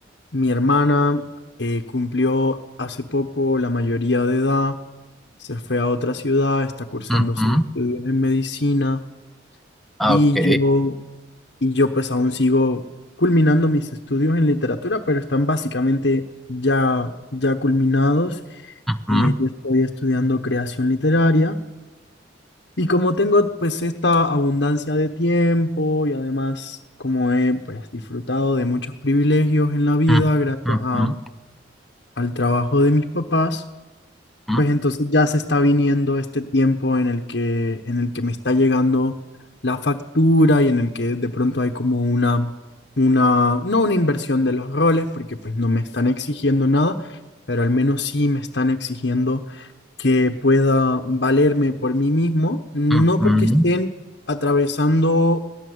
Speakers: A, on the left (about 65°); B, in the centre.
A: mi hermana eh, cumplió hace poco la mayoría de edad, se fue a otra ciudad, está cursando
B: Ujú,
A: sus estudios en medicina
B: ah,
A: y
B: ok.
A: yo y yo pues aún sigo culminando mis estudios en literatura, pero están básicamente ya, ya culminados. Eh,
B: ujú.
A: yo estoy estudiando creación literaria y como tengo pues esta abundancia de tiempo y además como he pues disfrutado de muchos privilegios en la vida
B: Mm,
A: gracias
B: mm,
A: a-
B: mm,
A: al trabajo de mis papás,
B: mm,
A: pues entonces ya se está viniendo este tiempo en el que, en el que me está llegando la factura y en el que de pronto hay como una, una, no una inversión de los roles, porque pues no me están exigiendo nada, pero al menos sí me están exigiendo que pueda valerme por mí mismo, no
B: mm, mm.
A: porque estén atravesando